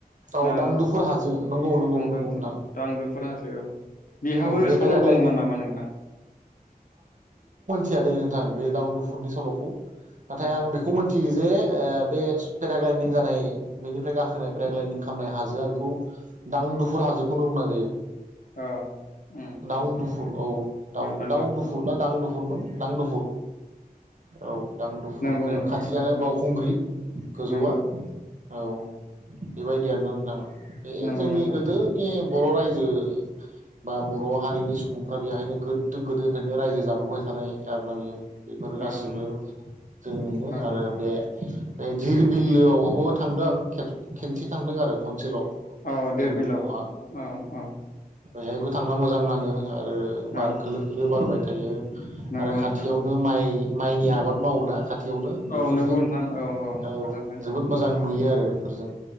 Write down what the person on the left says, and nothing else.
ना
दांदाफुर
दांदुफुर हाजो औ बेहाबो
सल'
दङमोन नामा नोंथां?
औ
औ उम
उम उम
औ दांदुफुर
नंगौ
नोंथां
औ नंगौ
नंगौ
नंगौ
नोंथां
औ
नंगौ
औ
औ
देर
बिलाव औ औ।
औ
नंगौ
नोंथां
औ
नंगौ नोंथां औ
फोथारजों